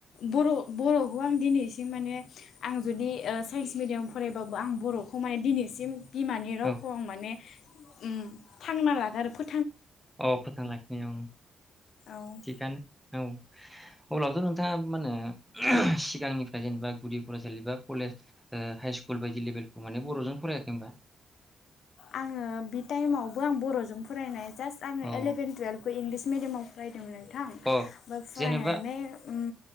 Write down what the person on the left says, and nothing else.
बर' बर'खौ आं दिनैसिम माने आं जुदि ओ साइन्स मिडियाम फरायबाबो आं बर'खौ माने दिनैसिम बिमानि रावखौ
आं माने उम थांना लागो आर फो
औ
आङो बि टाइमावबो आं बर'जों फरायनाय जास आङो
इलभेन तुवेलभखौ इंगलिस मिडिमाव फराय दोंमोन आं थां ओमफ्राय
फुरायनानै
उम